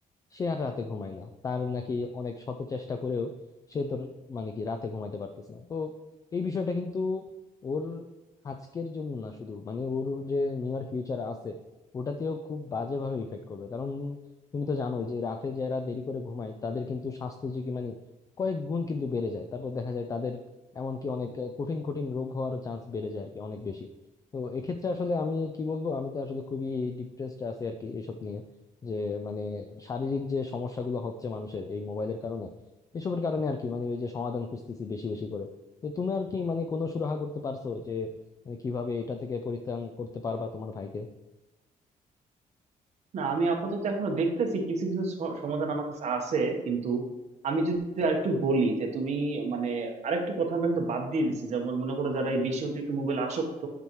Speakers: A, on the left; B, on the right.
A: সে আর রাতে ঘুমায় না তার নাকি অনেক শত চেষ্টা করেও সে তোর মানে কি রাতে ঘুমাইতে পারতেছে না তো এই বিষয়টা কিন্তু ওর আজকের জন্য না শুধু মানে ওর যে নিয়ার ফিউচার আছে ওটাতেও খুব বাজেভাবে ইফেক্ট করবে কারণ তুমি তো জানোই যে রাতে যারা দেরি করে ঘুমায় তাদের কিন্তু স্বাস্থ্য ঝুঁকি মানে কয়েক গুণ কিন্তু বেড়ে যায় তারপর দেখা যায় তাদের এমনকি অনেক কঠিন কঠিন রোগ হওয়ার চান্স বেড়ে যায় আর কি অনেক বেশি তো এক্ষেত্রে আসলে আমি কি বলবো আমি তো আসলে খুবই ডিপ্রেসড আছি আর কি এইসব নিয়ে যে মানে শারীরিক যে সমস্যাগুলো হচ্ছে মানুষের এই মোবাইলের কারণে এসবের কারণে আর কি মানে ওই যে সমাধান খুঁজতেছি বেশি বেশি করে তো তুমি আর কি মানে কোনো সুরাহা করতে পারছো যে মানে কিভাবে এটা থেকে পরিত্রাণ করতে পারবা তোমার ভাইকে
B: না আমি আপাতত এখনো দেখতেছি কিছু কিছু স- সমাধান আমার কাছে আছে কিন্তু আমি যদি আরেকটু বলি যে তুমি মানে আরেকটা কথা আমরা কিন্তু বাদ দিয়ে দিছি যেমন মনে করো যারা এই বেশি অতিরিক্ত মোবাইল আসক্ত